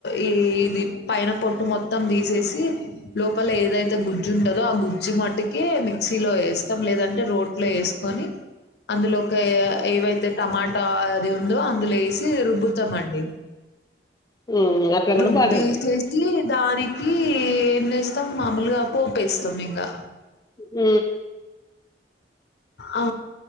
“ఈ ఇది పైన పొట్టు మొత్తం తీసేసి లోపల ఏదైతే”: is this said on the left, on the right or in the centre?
Left